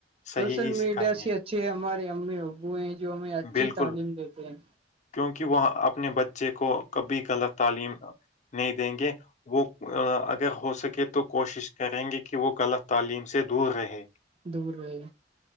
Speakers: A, on the left; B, on the right.
A: صحیح
B: سوشل
A: ہی
B: میڈیا
A: سکھائیں گے
B: سے اچھے ہمارے امی ابو ہیں جو ہمیں اچھی
A: بالکل
B: تعلیم دیتے ہیں
A: کیونکہ وہ اپنے بچے کو کبھی غلط تعلیم نہیں دیں گے وہ اگر ہو سکے تو کوشش کریں گے کہ وہ غلط تعلیم سے دور رہے
B: دور رہے